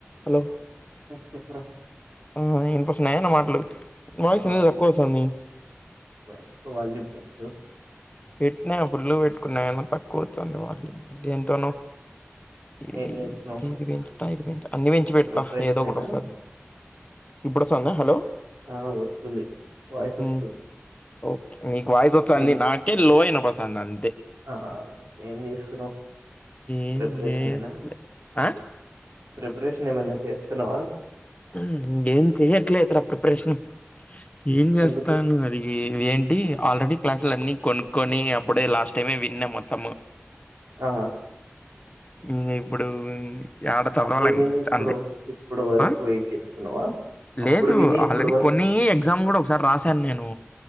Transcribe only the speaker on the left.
Hello!
ఊఁ ఇనిపిస్తున్నాయ నా మాటలు? వాయిస్
ఎందుకు
తక్కువ వస్తుంది
పెట్టనా ఫుల్లగా పెట్టుకున్న ఎందుకు తక్కువ వచ్చిందో మరి దేంతోనో ఇది
దీని గురించి అన్ని పెంచి పెడతా
ఏదో ఒకటి
వస్తది. ఇప్పుడొస్తాంద హలో
హు
ఓకే నీకు వాయిస్ వస్తంది
నాక్ పోయినా బస్ అంతే
ఏం
చేయట్లే
ఆ
హ్ ఏం చేయట్లేదురా ప్రిపరేషన్ ఏం చేస్తాన్రు
అది వే టి ఆల్రెడీ క్లాసులు అన్ని కొనుక్కొని అప్పుడే లాస్ట్ టైమే విన్నా మొత్తము
ఇంగా ఇప్పుడు యాడ చదవాల
అంతే
ఆ
లేదు
ఆల్రెడీ
కొన్ని ఎగ్జామ్స్ కూడా ఒకసారి రాశాను నేను